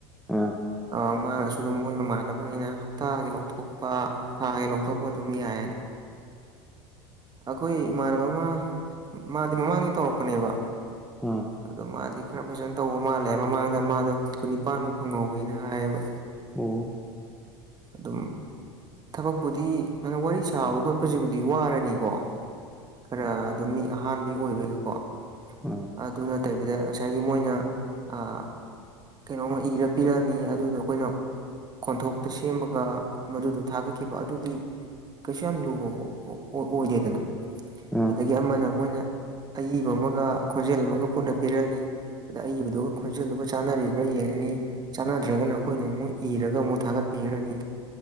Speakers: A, in the centre; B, on the right (about 30°).
A: ꯑꯥ
B: ꯑ ꯃꯥꯅꯁꯨ ꯑꯗꯨꯝ ꯃꯣꯏ ꯃꯃꯥꯟꯅꯕꯉꯩꯅ ꯍꯞꯇꯥꯒꯤ ꯂꯧꯊꯣꯛꯄ ꯊꯥꯒꯤ ꯂꯧꯊꯣꯛꯄ ꯑꯗꯨꯝ ꯌꯥꯏꯅ
A: <inaudible>
B: ꯑꯈꯣꯏ ꯏꯃꯥꯟꯅꯕ ꯑꯃ ꯃꯥꯗꯤ ꯃꯃꯥꯡꯗꯩ ꯇꯧꯔꯛꯄꯅꯦꯕ
A: ꯑꯥ
B: ꯑꯗꯣ ꯃꯥꯗꯤ ꯈꯔ ꯐꯖꯅ ꯇꯧꯕ ꯃꯥꯜꯂꯦꯕ ꯃꯃꯥꯡꯗ ꯃꯥꯗꯣ ꯀꯨꯟꯅꯤꯄꯥꯟꯃꯨꯛ ꯐꯪꯍꯧꯋꯦꯅ ꯍꯥꯏꯑꯕ
A: ꯑꯣ
B: ꯑꯗꯨꯝ ꯊꯕꯛꯄꯨꯗꯤ ꯑꯗꯨ ꯁꯨꯃꯥꯏꯅ ꯋꯥꯔꯤ ꯁꯥꯕ ꯈꯣꯠꯄꯁꯤꯕꯨꯗꯤ ꯋꯥꯔꯅꯤꯀꯣ ꯈꯔ ꯑꯗꯨꯝ ꯃꯤ ꯑꯍꯥꯟꯕꯒꯤ ꯑꯣꯏꯕꯩꯒꯀꯣ
A: ꯑꯥ
B: ꯑꯗꯨ ꯅꯠꯇꯕꯤꯗ ꯉꯁꯥꯏꯒꯤ ꯃꯣꯏꯅ ꯑ ꯀꯩꯅꯣꯝꯃ ꯏꯔ ꯄꯤꯔꯛꯑꯅꯤ ꯑꯗꯨꯗꯣ ꯑꯩꯈꯣꯏꯅ ꯀꯣꯟꯊꯣꯛꯇ ꯁꯦꯝꯃꯒ ꯃꯗꯨꯗꯨ ꯊꯥꯒꯠꯈꯤꯕ ꯑꯗꯨꯗꯤ ꯀꯩꯁꯨ ꯌꯥꯝ ꯂꯨꯕ ꯑꯣꯏꯗꯦꯗꯅ
A: ꯑꯥ
B: ꯑꯗꯒꯤ ꯑꯃꯅ ꯃꯣꯏꯅ ꯑꯏꯕ ꯑꯃꯒ ꯈꯣꯟꯖꯦꯜ ꯑꯃꯒ ꯄꯨꯟꯅ ꯄꯤꯔꯛꯑꯅꯤ ꯑꯗ ꯑꯏꯕꯗꯨꯒ ꯈꯣꯟꯖꯦꯜꯗꯨꯒ ꯆꯥꯟꯅꯔꯤꯕ꯭ꯔꯥ ꯌꯦꯡꯉ ꯅꯤ ꯆꯥꯟꯅꯗ꯭ꯔꯒꯅ ꯑꯩꯈꯣꯏꯅ ꯑꯃꯨꯛ ꯏꯔꯒ ꯑꯃꯨꯛ ꯊꯥꯒꯠꯄꯤꯈ꯭ꯔꯅꯤ